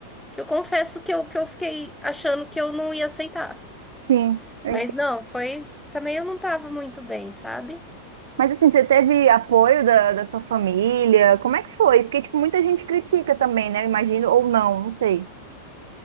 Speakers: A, in the centre; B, on the right (about 60°).
A: que eu confesso que eu, que eu fiquei achando que eu não ia aceitar.
B: Sim. eu
A: Mas não, foi. Também eu não tava muito bem, sabe?
B: Mas assim, você teve apoio da, da sua família? Como é que foi? Porque, tipo, muita gente critica também, né? Eu Imagino, ou não, não sei.